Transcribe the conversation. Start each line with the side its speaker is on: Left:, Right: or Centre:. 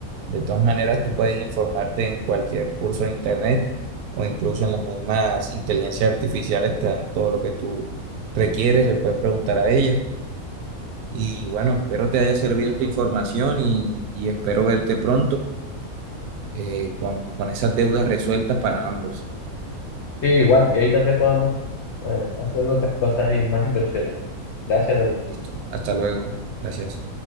Right: De todas maneras, tú puedes informarte en cualquier curso de internet o incluso en las mismas inteligencias artificiales te dan todo lo que tú requieres, le puedes preguntar a ella. Y bueno, espero te haya servido esta información y, y espero verte pronto eh, con, con esas deudas resueltas para ambos.
Left: Sí, igual, y ahí tal vez podamos eh, hacer otras cosas y más inversiones. Gracias, David.
Right: Listo, hasta luego. Gracias.